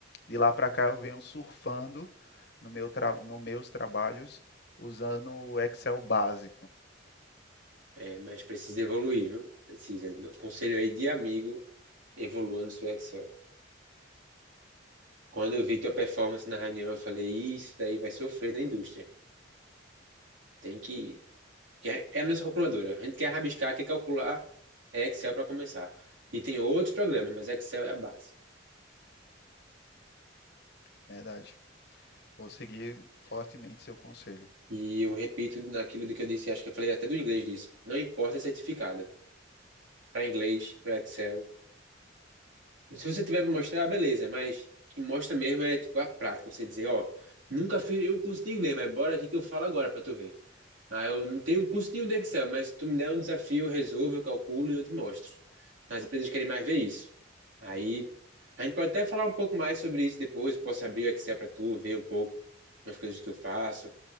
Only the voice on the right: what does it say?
É, mas precisa evoluir, viu? Precisa. Conselho aí de amigo, evolua no seu Excel. Quando eu vi tua performance na reunião, eu falei, isso daí vai sofrer na indústria. Tem que... que É é a nossa calculadora. A gente quer rabiscar, quer calcular, é Excel para começar. E tem outros programas, mas Excel é a base.
E eu
repito naquilo do que eu disse, acho que eu falei até do inglês disso. Não importa certificado. para inglês, para Excel. Se você tiver para mostrar, beleza, mas o que mostra mesmo é tipo a prática, você dizer, ó, nunca fiz nenhum curso de inglês, mas bora aqui que eu falo agora para tu ver. Ah, eu não tenho curso nenhum de Excel, mas tu me der um desafio, eu resolvo, eu calculo e eu te mostro. As empresas querem mais ver isso. Aí a gente pode até falar um pouco mais sobre isso depois, eu posso abrir o Excel para tu ver um pouco as coisas que eu faço,